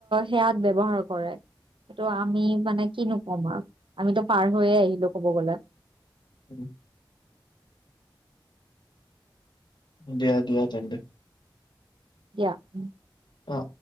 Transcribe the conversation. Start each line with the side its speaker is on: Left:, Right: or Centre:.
Right: সেয়াত ব্যৱহাৰ কৰে। সেইটো আমি মানে কি নো কম আৰু। আমিতো পাৰ হৈয়ে আহিলোঁ ক'ব গ'লে।
Left: উম্। দিয়া দিয়া তেন্তে।
Right: দিয়া, উম।
Left: অ,